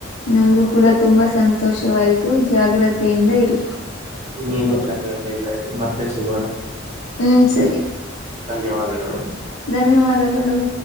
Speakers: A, on the left; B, on the right.
A: ನಮಗೂ ಕೂಡ ತುಂಬಾ ಸಂತೋಷವಾಯ್ತು ಜಾಗ್ರತೆಯಿಂದ ಇರಿ.
B: ನೀವು ಜಾಗ್ರತೆಯಿಂದ ಇರಿ ಮತ್ತೆ ಸಿಗೋಣ.
A: ಹ್ಮಞ ಸರಿ.
B: ಧನ್ಯವಾದಗಳು.
A: ಧನ್ಯವಾದಗಳು.